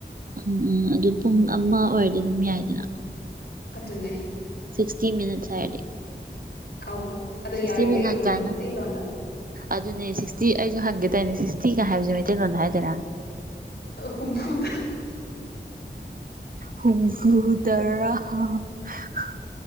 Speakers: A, on the right; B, on the left.
A: ꯎꯝ ꯎꯝ ꯑꯗꯨ ꯄꯨꯡ ꯑꯃ ꯑꯣꯏꯔꯗꯤ ꯑꯗꯨꯝ ꯌꯥꯏꯗꯅ
B: ꯑꯗꯨꯅꯦ
A: ꯁꯤꯛꯁꯇꯤ ꯃꯤꯃꯠ ꯍꯥꯏꯔꯗꯤ
B: ꯑꯣ ꯑꯗꯣ
A: ꯁꯤꯛꯁꯇꯤ
B: ꯌꯥꯔꯤꯒꯩ
A: ꯃꯤꯅꯠ ꯀꯥꯏꯅ
B: ꯃꯩꯇꯩꯂꯣꯟꯗ
A: ꯑꯗꯨꯅꯦ ꯁꯤꯛꯁꯇꯤ ꯑꯩꯖꯨ ꯍꯪꯒꯦ ꯇꯧꯅꯦ ꯁꯤꯛꯁꯇꯤ ꯀꯥ ꯍꯥꯏꯖꯦ ꯃꯩꯇꯩꯂꯣꯟꯗ ꯍꯥꯏꯗꯣꯏꯔꯅ
B: ꯍꯨꯝꯐꯨꯗ
A: ꯍꯨꯝꯐꯨ ꯇꯔꯥ ꯍꯥ ꯍꯥ